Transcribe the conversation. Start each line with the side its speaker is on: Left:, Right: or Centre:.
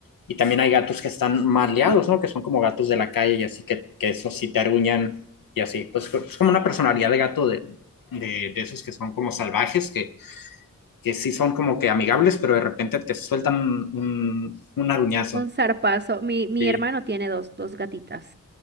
Left: Y también hay gatos que están maleados, ¿no? Que son como gatos de la calle y así que, que eso sí te aruñan y así. Pues es como una personalidad de gato de, de, de esos que son como salvajes, que que sí son como que amigables, pero de repente te sueltan un, un aruñazo.
Right: Un zarpazo. Mi, mi
Left: Sí.
Right: hermano tiene dos, dos gatitas.